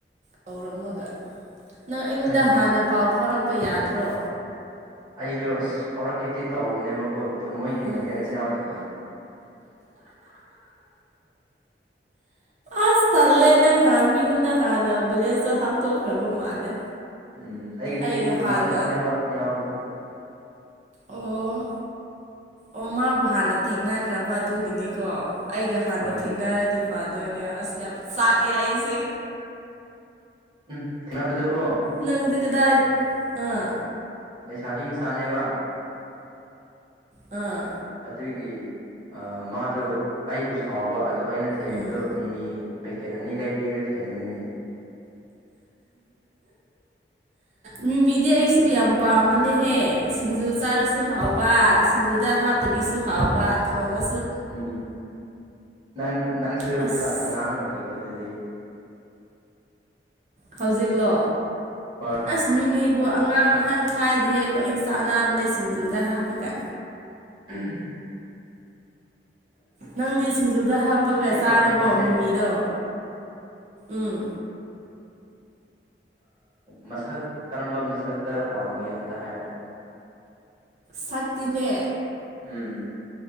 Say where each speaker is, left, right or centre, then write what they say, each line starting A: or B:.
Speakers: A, on the right; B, on the right.
A: ꯀꯧꯔꯝꯃꯒ ꯅꯪ ꯑꯩꯉꯣꯟꯗ
B: ꯍꯣꯏꯅꯦ
A: ꯍꯥꯟꯅ ꯄꯥꯎ ꯐꯥꯎꯔꯛꯄ ꯌꯥꯗ꯭ꯔꯣ
B: ꯑꯩꯗꯣ ꯐꯥꯎꯔꯛꯀꯤꯗꯤ ꯇꯧꯕꯅꯦꯕꯀꯣ ꯊꯝꯃꯣꯏꯒꯤ
A: ꯑꯥ
B: ꯕꯦꯂꯦꯟꯁ ꯌꯥꯎꯗꯕ
A: ꯑꯁ ꯇꯜꯂꯦ ꯅꯪꯥꯟ ꯃꯤꯉꯣꯟꯗ ꯍꯥꯟꯅ ꯕ꯭ꯂꯦꯖꯇꯣ ꯍꯥꯞꯇꯣꯛꯈ꯭ꯔꯕ ꯃꯥꯜꯂꯦ
B: ꯎꯝ ꯑꯩꯒꯤꯗꯤ
A: ꯑꯩꯒ
B: ꯑꯃꯈꯛꯅꯦꯕ
A: ꯍꯥꯟꯅ
B: ꯌꯥꯎꯕꯗꯣ
A: ꯑꯣ ꯑꯣ ꯃꯥꯕꯨ ꯍꯥꯟꯅ ꯊꯦꯡꯅꯈ꯭ꯔꯕ ꯑꯗꯨꯒꯤꯅꯤꯀꯣ ꯑꯩꯒ ꯍꯥꯟꯅ
B: ꯍꯣꯏ
A: ꯊꯦꯡꯅꯔꯗꯤ ꯐꯥꯗꯣꯏꯅꯦ ꯑꯁ ꯌꯥꯝ ꯆꯥꯛꯑꯦ ꯑꯩꯁꯦ
B: ꯎꯝ ꯊꯅꯕꯗꯕ ꯀꯣ
A: ꯅꯪꯗꯤ ꯀꯗꯥ ꯑꯥ
B: ꯂꯩꯁꯥꯕꯤ ꯃꯆꯥꯅꯦꯕ
A: ꯑꯥ
B: ꯑꯗꯨꯒꯤ ꯃꯥꯗꯣ ꯑꯩꯕꯨ ꯁꯥꯎꯕ ꯑꯗꯨ ꯑꯩꯅ ꯊꯦꯝꯕꯗꯣ
A: ꯎꯝ
B: ꯃꯤꯃꯤ ꯄꯦꯀꯦꯠ ꯑꯅꯤ ꯂꯩꯕꯤꯔ ꯊꯦꯝꯕꯅꯤꯅꯦ
A: ꯃꯤ ꯃꯤꯗꯤ ꯁꯨꯕꯨ ꯌꯥꯝ ꯄꯥꯝꯕꯅꯦꯍꯦ ꯁꯤꯡꯖꯨ ꯆꯥꯔꯁꯨ ꯍꯥꯎꯕꯥ ꯁꯤꯡꯖꯨꯗ ꯍꯥꯞꯇꯕꯤꯁꯨ ꯍꯥꯎꯕ ꯊꯣꯡꯉꯥ
B: ꯎꯝ ꯅꯪ ꯅꯪꯁꯨ
A: ꯑꯁ
B: ꯈꯔ ꯑꯉꯥꯡ ꯑꯣꯏꯔꯤꯀꯣ ꯑꯗꯨꯗꯤ
A: ꯍꯧꯖꯤꯛꯂꯣ
B: ꯍꯣꯏ
A: ꯑꯥꯁ ꯃꯤꯃꯤ ꯑꯗꯨꯕꯨꯕꯨ ꯑꯉꯥꯡ ꯑꯍꯟꯈꯥꯏꯗꯤ ꯍꯦ ꯂꯣꯏ ꯆꯥꯅꯕꯅꯦ ꯁꯤꯡꯖꯨꯗ ꯍꯥꯞꯄꯒ
B: ꯎꯝ
A: ꯅꯪꯗꯤ ꯁꯤꯡꯖꯨꯗ ꯍꯥꯞꯄꯒ ꯆꯥꯔꯕꯣ
B: ꯄꯥꯝꯃꯦ ꯍꯥꯏꯁꯦ
A: ꯃꯤꯃꯤꯗꯣ ꯎꯝ
B: ꯃꯁꯛ ꯀꯔꯝꯕ ꯃꯁꯛꯇ ꯄꯥꯝꯒꯦ ꯑꯝꯇ ꯍꯥꯏꯔꯛꯑꯣ
A: ꯁꯛꯇꯅꯦ
B: ꯎꯝ